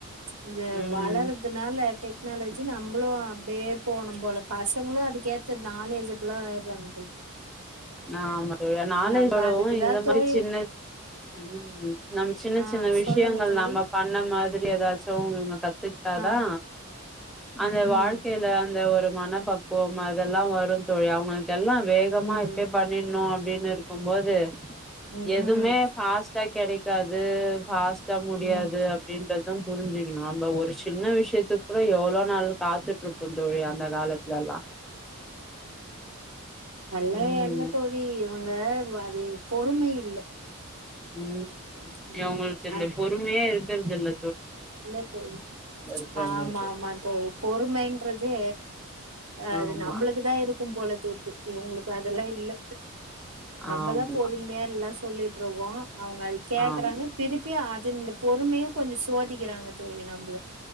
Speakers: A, on the right; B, in the centre.
A: இந்த
B: ம்
A: வளர்றதுனால டெக் டெக்னாலஜி நம்புளு அப்டியே போனு போல பசங்களு அதுக்கேத்த நாலேஜிபிலா ஆய்றாங்க தோழி
B: ஆமா தோழி நாலேஜ்வோடவு
A: நம்ம அதுக்குதா
B: இந்த மாரி
A: தோழி
B: சின்ன ம் ம் நம் சின்ன
A: ஆ
B: சின்ன விஷ்யங்கள்
A: சொல்லுங்க தோழி
B: நாம்ம பண்ண மாதிரி ஏதாச்சு ஊ இவுங்க கத்திக்டாதா
A: ஆ
B: அந்த
A: ம் ம்
B: வாழ்க்கைல அந்த ஒரு மனப்பக்குவம் அதெல்லா வரு தோழி அவுங்ளுக் எல்லா வேகமா
A: ம்
B: இப்யே பண்ணினு அப்டின்ருக்கு போது
A: ம்
B: எதுமே
A: ம்
B: ஃபாஸ் டா கெடைக்காது ஃபாஸ்ட்டா முடியாது
A: ம்
B: அப்டின்றதா புரிஞ்சிக்கினு நம்ப ஒரு சின்ன விஷ்யத்துக் கூட எவ்ளோ நாள் காத்துட்ருப்போ தோழி அந்த காலத்லெல்லா
A: லே
B: ம்
A: எங்க தோழி இவுங்க அது பொறுமை இல்ல
B: ம்
A: ம்
B: இவுங்களுக்கு இந்த
A: அது
B: பொறுமையே இருக்கறதில்ல
A: இல்ல தோழி
B: இருக்கிறவங்களுக்கு
A: ஆமா ஆமா தோழி பொறுமைன்றது அது
B: ஆமா
A: நம்பளுக்கு தா இருக்கு போல தெர்து இவுங்களுக்கு அதெல்லா இல்ல நம்பதா
B: ஆமா
A: பொறுமையா எல்லா சொல்லீட்ருக்கோ அவுங்க அது கேக்கறாங்க
B: ஆமா
A: திருப்பி அது இந்த பொறுமையு கொஞ்சோ சோதிக்கிறாங்க தோழி நம்பள